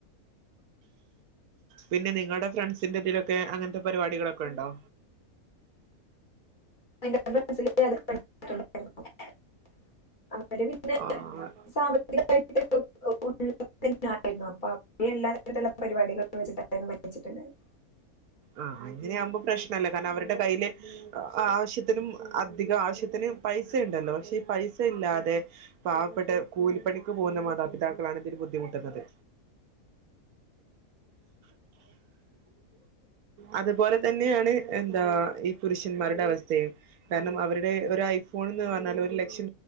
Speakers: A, on the right; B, on the left.
A: പിന്നെ നിങ്ങളുടെ ഫ്രണ്ട്സ്ന്റെ ഇതിലൊക്കെ അങ്ങൻതെ പരുപാടി കളൊക്കെണ്ടോ
B: <unintelligible>
A: ആ
B: ഉള്ളതിനായിരുന്നു അപ്പൊ അവര് എല്ലാ തരത്തിലുള്ള പരിപാടികളും വെച്ചിട്ടായിരുന്നു വെച്ചിട്ടുണ്ടായിരുന്നത്
A: ആഹ് അങ്ങനെ ആവുമ്പൊ പ്രശ്നല്ല കാരണം അവരടെ കയ്യിലു ആഹ് ആവശ്യത്തിനും അതികം ആവശ്യത്തിന് പൈസ ഇണ്ടല്ലോ പക്ഷേ പൈസ ഇല്ലാതെ പാവപ്പെട്ട കൂലിപ്പണിക്ക് പോവുന്ന മാതാപിതാ ഇതിലും ബുദ്ധിമുട്ടുന്നത്. അത് പോലത്തന്നെയാണ് എന്താ ഈ പുരുഷൻമാര് വസ്ഥേയും കാരണം അവര്ടെ ഒരയ്ഫോൺന്ന് പറഞ്ഞാല് ഒരു ലക് ലക്ഷം